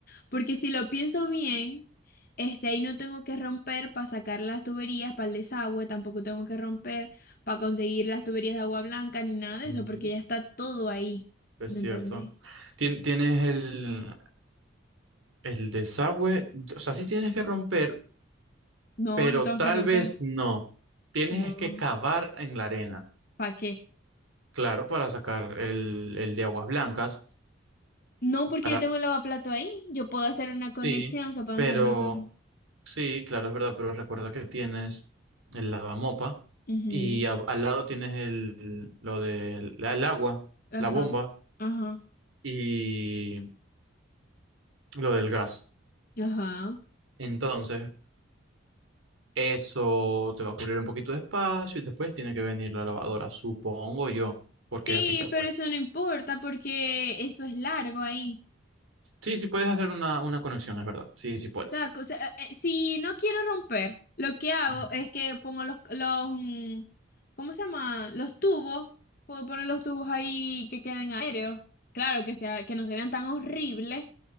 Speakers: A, on the left; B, on the right.
A: Porque si lo pienso bien, este, ahí no tengo que romper para sacar las tuberías para el desagüe, tampoco tengo que romper para conseguir las tuberías de agua blanca ni nada de
B: Ujú.
A: eso, porque ya está todo ahí.
B: Es
A: ¿Me
B: cierto.
A: entendéis?
B: Tien- tienes el, el desagüe, o sea, sí tienes que romper,
A: No,
B: pero
A: no tengo
B: tal
A: que romper.
B: vez no. Tienes
A: No.
B: que cavar en la arena,
A: ¿Para qué?
B: claro, para sacar el, el de aguas blancas.
A: No, porque
B: Para...
A: yo tengo el lavaplato ahí. Yo puedo hacer una conexión,
B: Sí,
A: se pueden
B: pero
A: hacer una conexión.
B: sí, claro, es verdad, pero recuerda que tienes el lavamopa
A: Ujú,
B: y a- al lado tienes el, lo del el agua,
A: Ajá,
B: la bomba
A: ajá,
B: y lo del gas.
A: ajá.
B: Entonces, Eso te va a cubrir un poquito de espacio y después tiene que venir la lavadora, supongo yo, porque
A: Sí,
B: así está pues.
A: pero eso no importa porque eso es largo ahí.
B: Sí, sí puedes hacer una, una conexión, es verdad. Sí, sí puedes.
A: O sea, co- o sea, eh, eh, si no quiero romper, lo que hago
B: Ujú.
A: es que pongo los, los, mm, ¿cómo se llama? Los tubos. Puedo poner los tubos ahí que queden aéreos. Claro, que sea, que no se vean tan horribles,